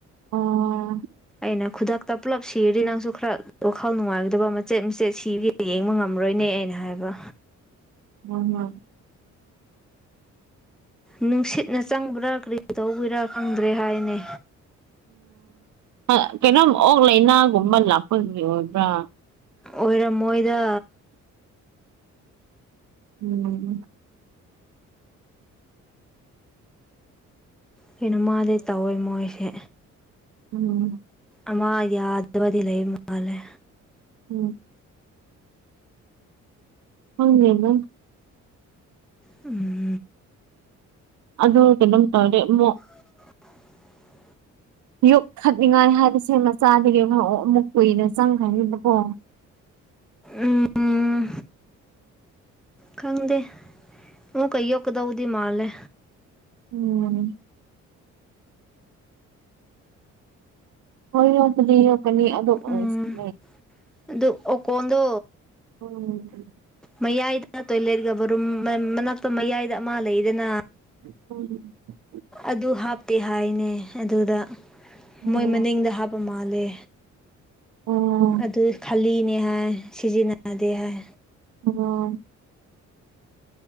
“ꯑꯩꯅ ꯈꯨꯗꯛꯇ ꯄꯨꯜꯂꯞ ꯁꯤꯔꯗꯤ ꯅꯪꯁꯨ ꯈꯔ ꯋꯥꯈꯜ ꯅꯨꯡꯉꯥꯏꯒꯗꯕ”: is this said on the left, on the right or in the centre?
Centre